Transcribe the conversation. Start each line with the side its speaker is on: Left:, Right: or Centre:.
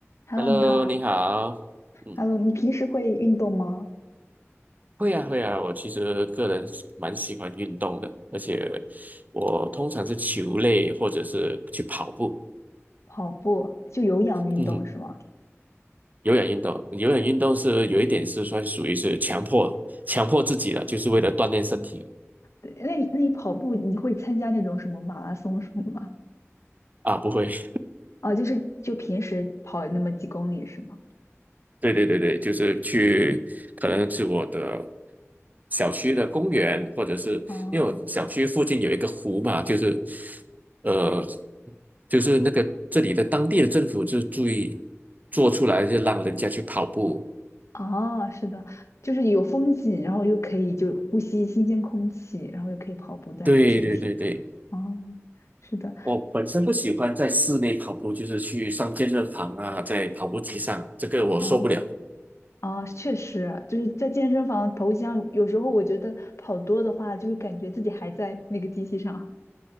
Left: Hello，
Right: Hello，
Left: 你好。
Right: 你好。嗯，
Left: Hello，你平时会运动吗？
Right: 会啊会啊，我其实个人是蛮喜欢运动的，而且我通常是球类或者是去跑步。
Left: 跑步就有氧运动是吗？
Right: 嗯哼，有氧运动，有氧运动是有一点是算属于是强迫强迫自己的，就是为了锻炼身体的
Left: 对，那你那你跑步你会参加那种什么马拉松什么的吗？
Right: 啊，不会。<laughs>
Left: 啊，就是就平时跑那么几公里是吗？
Right: 对对对对，就是去，可能是我的小区的公园，或者是因为我小区附近有一个湖嘛，
Left: 啊
Right: 就是，呃，就是那个这里的当地的政府就注意做出来，就让人家去跑步。
Left: 啊，是的，就是有风景，然后又可以就呼吸新鲜空气，然后又可以跑步锻炼身体。
Right: 对对对对，
Left: 哦，是的，
Right: 我本身不喜欢在室内跑步，就是去上健身房啊，在跑步机上，这个我受不了。
Left: 嗯。啊，确实，就是在健身房跑步机上有时候我觉得跑多的话，就是感觉自己还在那个机器上。